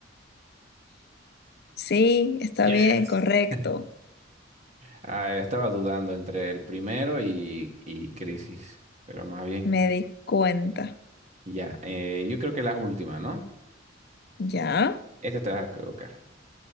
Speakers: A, on the left; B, on the right.
A: Sí, está
B: Yes.
A: bien, correcto.
B: <laughs> Ah, estaba dudando entre el primero y, y crisis, pero más bien.
A: Me di cuenta.
B: Ya, eh, yo creo que la última, ¿no?
A: ¿Ya?
B: Esta te vas a equivocar.